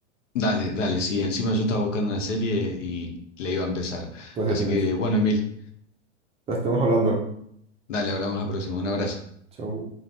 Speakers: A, on the left (about 75°); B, on the right (about 15°).
A: Dale, dale, sí, encima yo estaba buscando una serie y le iba a empezar.
B: Pues
A: Así
B: ya tienes.
A: que bueno, Emil,
B: La estamos hablando.
A: dale, hablamos la próxima. Un abrazo.
B: Chau.